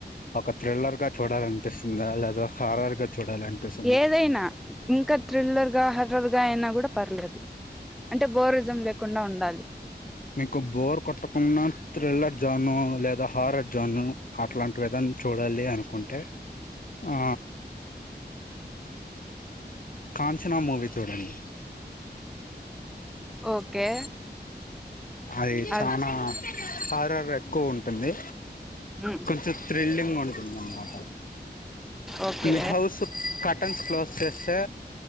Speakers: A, on the left; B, in the centre.
A: ఒక థ్రిల్లర్ గా చూడాలనిపిస్తుందా లేదా హారర్ గా చూడాలనిపిస్తుందా
B: ఏదైనా ఇంకా థ్రిల్లర్ గా హర్రర్ గా అయినా కూడా పర్లేదు అంటే బోరిజం లేక్ కుండా ఉండాలి
A: మీకు బోర్ కొట్టకుంన్న త్రిల్లర్ జాను లే ద హారర్ జోన్ అట్లాంటివేధన చూడాలి అనుకుంటే ఆ కాంచనా మూవీ చూడండి
B: ఓకే
A: అది చనా
B: అద్
A: హార్రరే క్కువ ఉంటుంది
B: ఉమ్
A: కొంచెం థ్రిల్లింగ్ ఉంటుంది అన్నమాట
B: ఓకే
A: మీ హౌస్ కటన్స్ క్లోజ్ చేస్తే